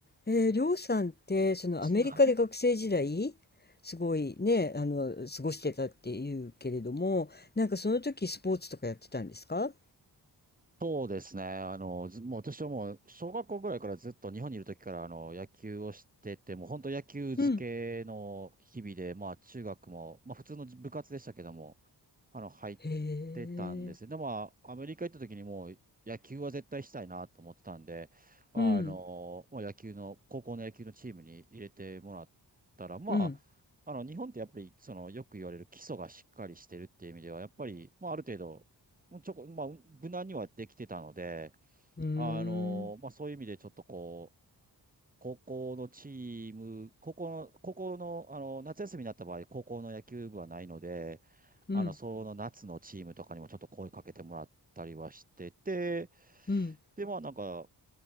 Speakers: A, on the left; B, on the right.
A: えー、りょうさんって、そのアメリカで学生時代、
B: 私も、あ
A: すごいね、あの、過ごしてたっていうけれども、なんかその時スポーツとかやってたんですか
B: そうですね。あの、ずもう私はもう、小学校ぐらいからずっと日本にいる時から、あの、野球をしてて、もう本当野球漬けの日々で、
A: うん。
B: まあ中学も、まあ普通の部活でしたけども、あの、入っ
A: へえ。
B: てたんですよ。でも、まあ、アメリカ行った時にもう、野球は絶対したいなと思ってたんで、あの、
A: うん。
B: まあ野球の、高校の野球のチームに入れてもらったら、まあ、
A: うん。
B: あの、日本ってやっぱり、その、よく言われる基礎がしっかりしてるっていう意味では、やっぱり、まあ、ある程度、もうちょこ、まあ、無難にはできてたので、
A: うーん。
B: あの、まあ、そういう意味でちょっとこう、高校のチーム、高校の、高校の、あの、夏休みになった場合、高校の野球部はないので、
A: うん。
B: あの、その夏のチームとかにもちょっと声かけてもらったりはしてて、
A: うん。
B: で、まあ、なんか、